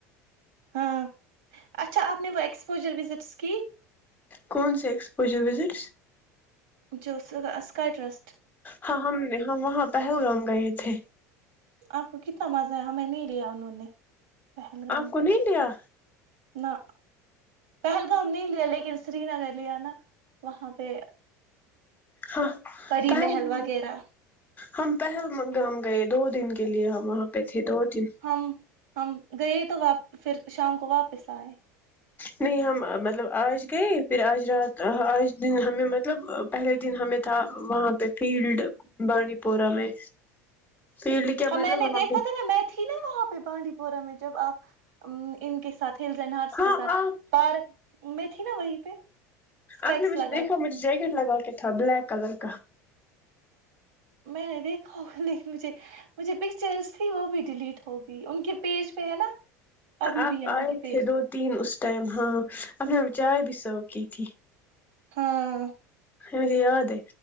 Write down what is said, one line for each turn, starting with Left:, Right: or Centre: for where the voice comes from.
Right: ہاں اچھا آپ نے وہ ایکسپوجر وزٹس کی
Left: کون سے ایکسپوجر وزٹس
Right: جوس اس کاٹ رس
Left: ہاں ہم نے ہم وہاں پہ گگا ہے یہ تھے
Right: آپ کو کتنا مزہ ہے ہمیں نہیں لیا انہوں نے پہلگام
Left: آپ کو نہیں لیا
Right: نہ پہلگام نہیں لیا لیکن سری نگر لیا نا وہاں پہ
Left: ہاں
Right: پری
Left: پہلگام
Right: محل وغیرہ
Left: ہم پہل گام گئے دو دن کے لیے ہم وہاں پہ تھے دو تن
Right: ہم ہم گئے تواپ پھر شام کو واپس آئے
Left: نہیں ہم مطلب آج گئے پھر آج رات آج دن ہمیں مطلب پہلے دن ہمیں تھا وہاں پہ فیلڈ بانڈی پورہ میں فیلڈ کیا
Right: ہاں میں
Left: مطلب
Right: نے
Left: وہاں
Right: دیکھا
Left: پہ
Right: تھا نا میں تھی نا وہاں پہ بانڈی پورا میں جب آپ ان کے ساتھ ہلس اینڈ ہرٹس
Left: ہاں
Right: کے ساتھ
Left: آپ
Right: پارک <unintelligible> میں تھی نا وہیں پہ اسپیکس
Left: آپ نے مجھے
Right: لگا
Left: دیکھا
Right: کے
Left: مجھے جیکٹ لگا کے تھا بلیک کلر کا
Right: میں نے دیکھا ہوگا لیکن مجھے مجھے پکچرس تھی وہ بھی ڈیلیٹ ہوگی ان کے پیج پہ ہے نا ابھی
Left: آپ
Right: بھی ہے ان
Left: آئے
Right: کے پیج
Left: تھے دو تین اس ٹائم ہاں اپ نے چائے بھی <unintelligible> تووکی تھی <unintelligible>
Right: ہاں
Left: مجھے یاد ہے